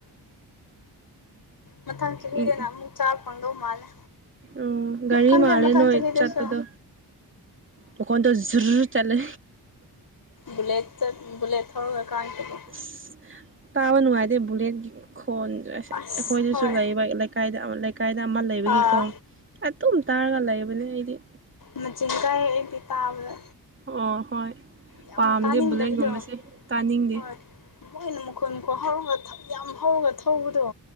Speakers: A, on the left; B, on the right.
A: ꯃꯊꯪ ꯆꯍꯤꯗꯅ
B: ꯎꯝ
A: ꯑꯃꯨꯛ ꯆꯥꯕ ꯐꯪꯗꯧ ꯃꯥꯜꯂꯦ
B: ꯎꯝ ꯒꯥꯔꯤ
A: ꯈꯪꯗꯦ
B: ꯃꯜꯂꯣ
A: ꯃꯊꯪ
B: ꯅꯣꯢ
A: ꯆꯍꯤꯗꯁꯨ
B: ꯆꯠꯄꯗꯣ ꯃꯈꯣꯟꯗꯣ ꯖꯨꯔꯨꯠ ꯆꯠꯂꯦ
A: ꯕꯨꯂꯦꯠꯇ ꯕꯨꯂꯦꯠ ꯊꯧꯔꯒ ꯀꯥꯥꯢꯟꯇꯕꯣ
B: ꯑꯁ ꯇꯥꯕ ꯅꯨꯡꯉꯥꯏꯇꯦ ꯕꯨꯂꯦꯠꯀꯤ ꯈꯣꯟꯗꯨ ꯑꯦꯁꯁꯦ
A: ꯑꯁ
B: ꯑꯩꯈꯣꯏꯗꯁꯨ
A: ꯍꯣꯏ
B: ꯂꯩꯕ ꯂꯩ ꯀꯥꯏꯗ ꯑꯃ ꯂꯩꯀꯥꯏꯗ ꯑꯃ ꯂꯩꯕꯒꯤꯀꯣ
A: ꯑꯥ
B: ꯑꯗꯨꯝ ꯇꯥꯔꯒ ꯂꯩꯕꯅꯦ ꯑꯩꯗꯤ
A: ꯃꯆꯤꯟꯒꯥꯏꯌꯦ ꯑꯩꯗꯤ ꯇꯥꯕꯗ
B: ꯑꯣ ꯍꯣꯏ
A: ꯌꯥꯝ
B: ꯄꯥꯝꯗꯦ
A: ꯇꯥꯅꯤꯡꯗꯕꯗꯣ
B: ꯕꯨꯂꯦꯠꯒꯨꯝꯕꯁꯦ ꯇꯥꯅꯤꯡꯗꯦ
A: ꯍꯣꯏ ꯃꯣꯏꯅ ꯃꯈꯣꯟ ꯀꯣ ꯍꯧꯔꯒ ꯊꯧ ꯌꯥꯝ ꯍꯧꯔꯒ ꯊꯧꯕꯗꯣ